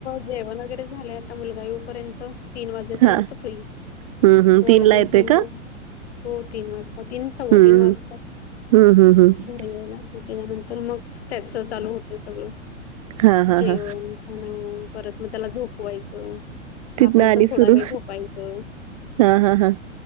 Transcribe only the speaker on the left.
जेवण वगैरे झालंय आता मुलगा येवू पर्यंत तीन वाजेपर्यंत
फ्री
तो
आल्यानंतर
मग हो तीन वाजता तीन सव्वा
तीन वाजता
यायला मग त्याच्यानंतर मग त्याच चालू होतंय सगळं
जेवण,
खाणं परत मग त्याला झोपवायचं
आपण
पण
थोडा वेळ झोपायचं.